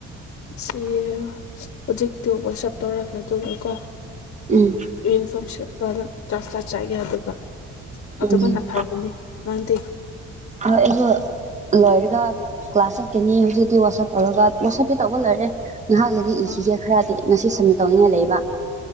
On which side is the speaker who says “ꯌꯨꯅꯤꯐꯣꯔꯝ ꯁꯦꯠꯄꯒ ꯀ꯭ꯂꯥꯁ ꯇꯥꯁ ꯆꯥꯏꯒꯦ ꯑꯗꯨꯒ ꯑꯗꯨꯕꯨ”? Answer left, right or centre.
Left